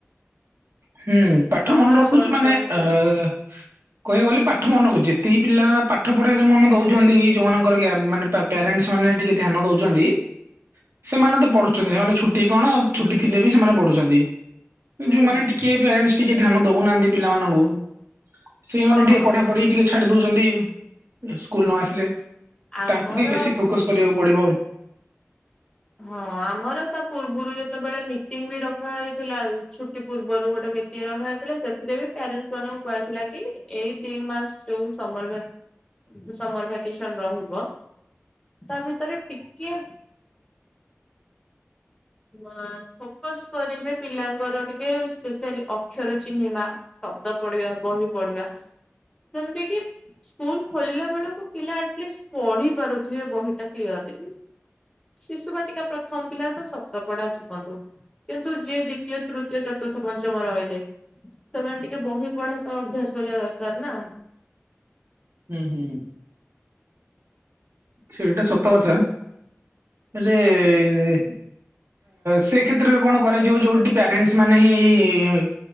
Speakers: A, on the right; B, on the left.
A: ହୁଁ ପାଠ
B: ତମର
A: ମନରଖୁଚି
B: କଣ
A: ମାନେ
B: ସବୁ
A: ଆ
B: ଥିଲା?
A: କହିବାକୁ ଗଲେ ପାଠ ମନ ରଖୁଚି ଯେତିକି ପିଲା ପାଠ ପଢାରେ ମନ ଦଉଛନ୍ତି ଯୋଉମାନଙ୍କର ଗ୍ୟା ମାନେ ପା ପ୍ୟାରେଣ୍ଟସ୍ ମାନେ ଟିକେ ଧ୍ୟାନ ଦଉଛନ୍ତି ସେମାନେ ତ ପଢୁଛନ୍ତି ସେମାନେ ଛୁଟି କଣ ଛୁଟି ଥିଲେ ବି ସେମାନେ ପଢୁଛନ୍ତି।
B: ହୁଁ
A: ଯୋଉମାନେ
B: ହୁଁ
A: ଟିକେ ପ୍ୟାରେଣ୍ଟସ୍ ଟିକେ ଧ୍ୟାନ ଦଉନାହାନ୍ତି ପିଲାମାନଙ୍କୁ ସେଇମାନେେ
B: ହଁ
A: ଟିକେ ପଢା ପଢି ଟିକେ ଛାଡ଼ି ଦଉଛନ୍ତି ସ୍କୁଲ ନ ଆସିଲେ
B: ଆମର
A: ତାଙ୍କୁ ବିିକ ବେଶୀ ଫୋକସ୍ କରିବାକୁ ପଡ଼ିବ।
B: ହଁ ଆମର ତା ପୂର୍ବରୁ ଯେତେବେଳେ ମିଟିଂ ବି ରଖା ହେଇଥିଲା ଛୁଟି ପୂର୍ବରୁ ଗୋଟେ ମି <unintelligible> ଥିଲା ସେଥିରେ ବି ପ୍ୟାରେଣ୍ଟସ୍ ମାନଙ୍କୁ କୁହାଥିଲା କି ଏଇ ଦି ମାସ ଯୋଉ ସମରଭା ସମରଭାକେସନ ରହିବ ତା ଭିତରେ ଟିକେ ହ ଫୋକସ୍ କରିବେ ପିଲାଙ୍କର ଟିକେ ସ୍ପେସିଆଲି ଅକ୍ଷର ଚିହ୍ନିବା ଶବ୍ଦ ପଢିବା ବହି ପଢିବା ଯେମିତି କିି ସ୍କୁଲ ଖୋଲିଲା ବେଳକୁ ପିଲା ଆଟଲିଷ୍ଟ ପଢି ପାରୁଥିବେ ବହିଟା କ୍ଲିୟରଲି। ଶିଶୁ ବାଟିକା ପ୍ରଥମ ପିଲାର ତ ସବ <unintelligible> କିନ୍ତୁ ଯିଏ ଦ୍ଵିତୀୟ ତୃତୀୟ ଚତୁର୍ଥ ପଞ୍ଚମ ରହିଲେ ସେମାନେ ଟିକେ ବହି ପଢା ତ ଅଭ୍ୟାସ କରିବା ଦରକାର ନା।
A: ହୁଁ ହୁଁ ସେଇଟା ସତ କଥା। ହେଲେ ଏଏ ସେ କ୍ଷେତ୍ରରେ କଣ କରାଯିବ ଯୋଉଠି ପ୍ୟାରେଣ୍ଟସ ମାନେ ହିଁ ଇ